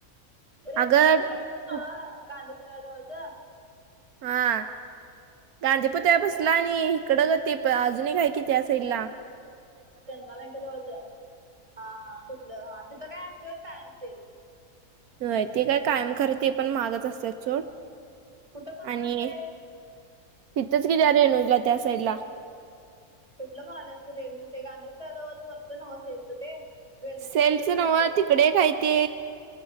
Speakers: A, on the right; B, on the right.
A: रेणूच
B: अगं
A: ते इथलंच नवं
B: खूप-
A: गांधीपत्रा जवळच
B: हा गांधीपत्या बसला आणि इकडं ग ते अजून काय की त्या साईड ला
A: जनता बँके जवळचं हा हा तिथलं हा तिथं काय असतोयच कायमसेेल
B: य ते काय कायम खरं ते पण महागच असतात सोड,
A: कुठं महाग
B: आणि
A: असते
B: तिथंच की त्या रेणूला त्या साईड ला.
A: कुठलं म्हणालेस तु रेणू? ते गांधी <unintelligible> सेलच न्हवं ते? वेलनेस
B: सेलचं
A: मेडिकलचं
B: नव्हं
A: वरचं
B: तिकडं एक हाय ते